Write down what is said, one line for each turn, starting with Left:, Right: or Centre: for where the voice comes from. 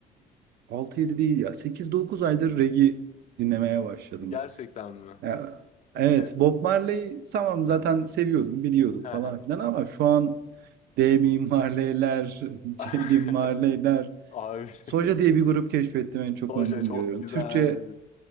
Right: altı yedi değil ya sekiz dokuz aydır reggae dinlemeye başladım.
Left: Gerçekten mi?
Right: Ya, evet
Left: E,
Right: Bob Marley tamam zaten seviyordum biliyordum falan
Left: he he.
Right: filan ama şu an D Damian Marley'ler, <laughs>
Left: <laughs>
Right: Jaylin Marley'ler,
Left: Abi
Right: Soja
Left: <laughs>
Right: diye bir grup keşfettim en çok
Left: Soja
Right: onu dinliyorum.
Left: çok güzel.
Right: Türkçe